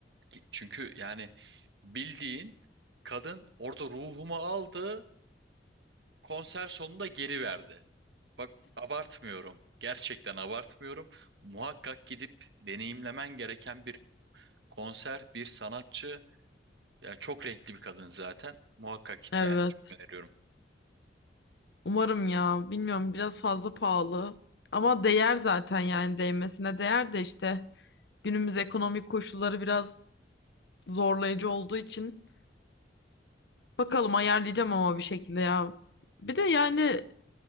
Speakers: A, on the right; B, on the left.
A: git. Çünkü yani bildiğin kadın orada ruhumu aldı. Konser sonunda geri verdi. Bak abartmıyorum. Gerçekten abartmıyorum. Muhakkak gidip deneyimlemen gereken bir konser, bir sanatçı. Ya çok renkli bir kadın zaten. Muhakkak git
B: Evet.
A: yani Evet. çok öneriyorum.
B: Umarım ya. Bilmiyorum biraz fazla pahalı. Ama değer zaten yani değmesine değer de işte günümüz ekonomik koşulları biraz zorlayıcı olduğu için bakalım ayarlayacağım ama bir şekilde ya. Bir de yani